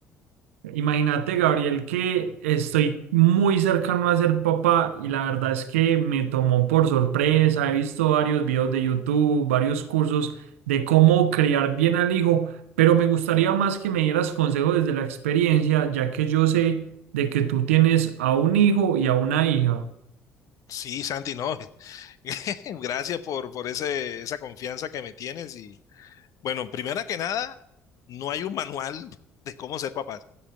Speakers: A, on the right (about 75°); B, on the left (about 50°).
A: Imagínate, Gabriel, que estoy muy cercano a ser papá y la verdad es que me tomó por sorpresa. He visto varios videos de YouTube, varios cursos de cómo criar bien al hijo, pero me gustaría más que me dieras consejos desde la experiencia, ya que yo sé de que tú tienes a un hijo y a una hija.
B: Sí, Santi, no. <laughs> Gracias por, por ese, esa confianza que me tienes. Y bueno, primera que nada, no hay un manual <laughs> de cómo ser papás.